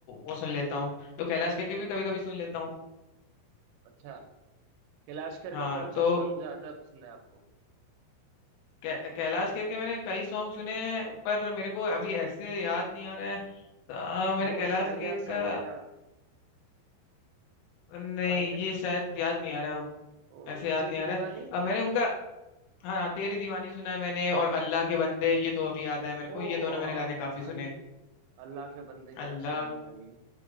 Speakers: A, on the left (about 85°); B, on the right (about 85°).
A: वो सुन लेता हूँ तो कैलाश खेर के भी कभी कभी सुन लेता हूँ
B: अच्छा कैलाश खेर
A: हाँ
B: का कौन
A: तो
B: सा सॉन्ग ज्यादा पसंद है आपको
A: कै- कैलाश खेर के मैंने कई सॉन्ग सुने हैं पर मेरे को अभी ऐसे याद नहीं आ रहा है अ, मैंने
B: वो
A: कैलाश
B: साइया
A: खेर
B: साइया
A: का नहीं
B: साइया
A: ये
B: सुना
A: शायद याद नहीं आ रहा
B: ओ,
A: ऐसे याद
B: तेरी
A: नहीं आ रहा
B: दीवानी
A: है अ, मैंने उनका हाँ हाँ, तेरी दीवानी सुना है मैंने और अल्लाह के बंदे ये दो अभी याद आए मेरे को
B: ओ
A: ये दोनों
B: आ,
A: मैंने गाने काफी सुने
B: अल-
A: हैं।
B: अल्लाह के बंदे क्या
A: अल्लाह
B: सॉन्ग है भाई